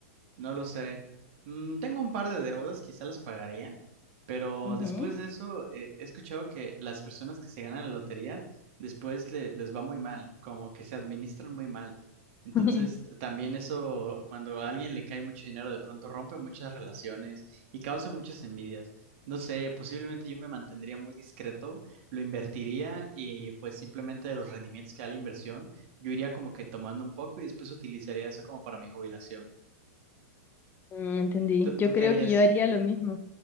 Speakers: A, on the right; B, on the left.
A: No lo sé. Mm, tengo un par de deudas, quizá las pagaría, pero
B: Ujú.
A: después de eso eh, he escuchado que las personas que se ganan la lotería después le- les va muy mal, como que se administran muy mal. Entonces,
B: <laughs>
A: t- también eso, cuando a alguien le cae mucho dinero, de pronto rompe muchas relaciones y causa muchas envidias. No sé, posiblemente yo me mantendría muy discreto, lo invertiría y pues simplemente de los rendimientos que da la inversión, yo iría como que tomando un poco y después utilizaría eso como para mi jubilación.
B: Mm, Entendí.
A: ¿Tú, tú
B: Yo creo
A: qué harías?
B: que yo haría lo mismo.